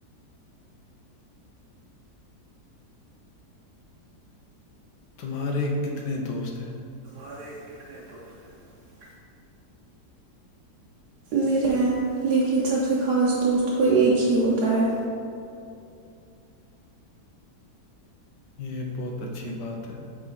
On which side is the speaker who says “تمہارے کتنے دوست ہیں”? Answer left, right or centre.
Left